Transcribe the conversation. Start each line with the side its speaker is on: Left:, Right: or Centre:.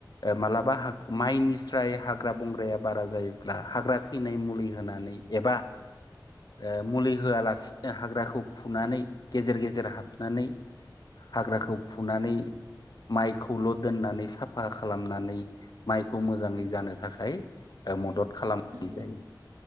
Left: मालाबा ह माइनि स्राय हाग्रा बंग्राया बारा जायोब्ला हाग्रा थैनाय मुलि होनानै एबा ओ मुलि होआलासिनो
Right: औ
Left: हाग्राखौ फुनानै गेजेर गेजेर हाबनानै हाग्राखौ फुनानै माइखौल' दोननानै साफा खालामनानै माइखौ मोजाङै जानो थाखाय मदद
Right: औ
Left: खालामनाय
Right: नंगौ नोंथां।
Left: जायो।